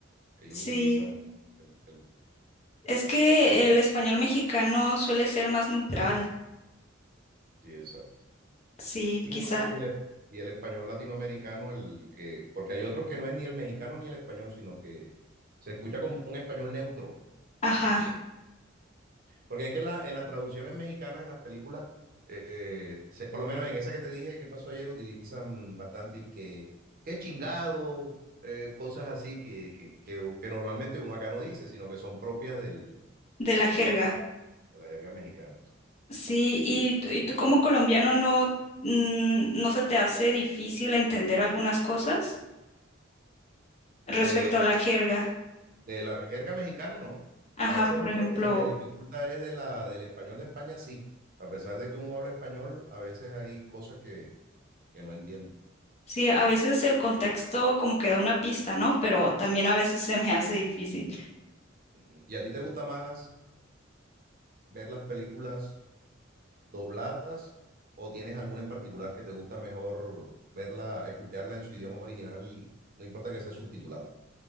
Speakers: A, on the right (about 45°); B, on the left (about 35°).
A: Ellos
B: sí.
A: utilizan el, el-
B: Es que el español mexicano suele ser más neutral.
A: sí, exacto.
B: Sí,
A: Y
B: quizá.
A: bueno, y el, es- y el español latinoamericano, el que, porque hay otros que no es ni el mexicano ni el español, sino que se escucha como un español neutro.
B: Ajá,
A: Se escucha Porque es que en, la, en las traducciones mexicanas, en las películas, eh, se- por lo menos en esa que te dije que pasó ayer, utilizan bastante y que, qué chingado, eh, cosas así que, que, que, que normalmente uno acá no dice, sino que son propias del,
B: de la jerga.
A: del mexicano, de las jergas mexicanas.
B: Sí, y, tú- y tú como colombiano no, mm, no se te hace difícil entender algunas cosas respecto
A: De,
B: a la jerga.
A: de la jerga mexicana, no.
B: Ajá,
A: A veces
B: por ejemplo.
A: se, me se me dificulta es de la, del español de España, sí. A pesar de que uno habla español, a veces hay cosas que, que no entiendo.
B: Sí, a veces el contexto como que da una pista, ¿no? Pero también a veces se me hace difícil.
A: ¿Y a ti te gusta más ver las películas? dobladas o tienes alguna en particular que te gusta mejor verla, escucharla en su idioma original y no importa que sea subtitulada?